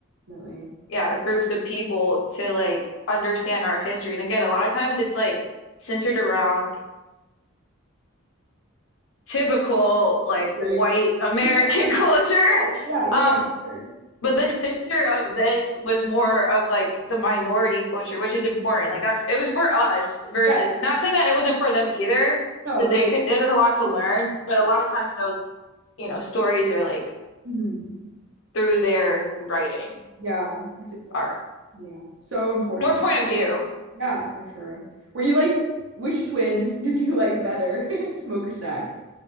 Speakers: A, on the right; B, on the left.
A: definitely.
B: yeah groups of people to like understand our history. And again, a lot of times it's like centered around typical like white
A: Right.
B: American
A: Yeah.
B: <laughs> culture.
A: Yes. Yeah. Yeah.
B: Um,
A: Yeah. For
B: but the center of this was more of like the minority culture, which is important.
A: sure.
B: Like that's it was for us versus
A: Yes.
B: not saying that it wasn't for them either,
A: No,
B: because
A: but
B: they
A: like,
B: could there's a lot to learn, but a
A: yeah.
B: lot of times those, you know, stories are like
A: hmm
B: through their writing,
A: Yeah. I feel like that's,
B: art,
A: yeah. So important.
B: or point of view.
A: Yeah, for sure. Were you like, which twin <laughs> did you like better? <laughs> Smoke or stack?